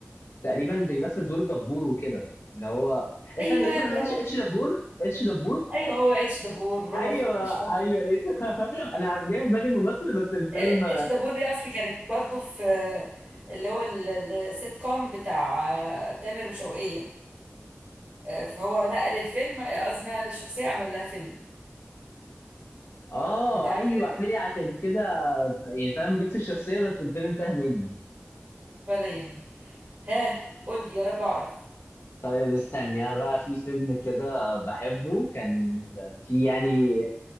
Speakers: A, on the left; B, on the right.
A: تقريبا بيمثل دور دبور وكده اللي هو
B: ايوه
A: ثانية فيلم
B: برافو
A: اتش اتش
B: عليك.
A: دبور اتش دبور
B: ايوه هو اتش دبور برافو
A: ايوه
B: شاطر.
A: ايوه ايه <laughs> انا جاي في بالي الممثل بس الفيلم
B: آه، اتش دبور دي اصلي كانت برضو في آه، اللي هو ال- ال- السيت كوم بتاع آه، تامر وشوقية آه، فهو نقل الفيلم آه، قصدي نقل الشخصية عمل لها فيلم
A: اه
B: انت عارف
A: ايوه
B: كده
A: اعتري عشان كده يعني فاهم جبت الشخصية بس الفيلم تاه مني
B: ولا يهمك ها قول لي يا رب اعرف
A: طيب استني انا بقى في فيلم كده بحبه كان في يعني